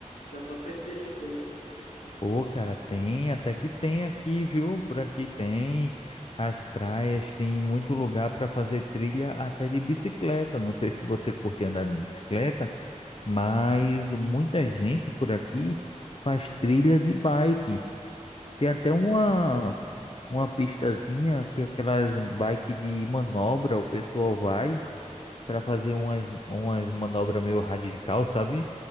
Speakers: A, on the left; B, on the left.
A: da tua preferência, né?
B: pô, cara, tem, até que tem aqui, viu? Por aqui tem as praias, tem muito lugar pra fazer trilha até de bicicleta. Não sei se você curte andar de bicicleta. Mas muita gente por aqui faz trilha de bike. Tem até uma, uma pistazinha que é aquelas bike de manobra, o pessoal vai para fazer umas, umas manobras meio radical, sabe?